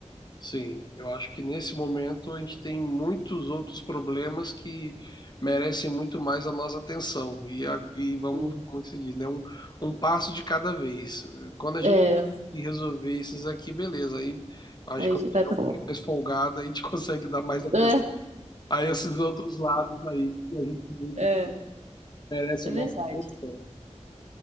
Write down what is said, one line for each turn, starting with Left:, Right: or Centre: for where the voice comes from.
Left: Sim, eu acho que nesse momento a gente tem muitos outros problemas que merecem muito mais a nossa atenção. E, a- e vamos,
Right: Hum.
Left: como que se diz, né? Um, um passo de cada vez. Quando a gente
Right: É,
Left: resolver esses aqui, beleza. Aí acho
Right: a gente
Left: que quando
Right: vai
Left: tiver
Right: pra...
Left: um pouquinho mais folgado, a gente <laughs> consegue dar mais atenção
Right: É,
Left: a esses outros lados aí que a gente vê
Right: é,
Left: que merece
Right: é
Left: a
Right: verdade.
Left: nossa atenção.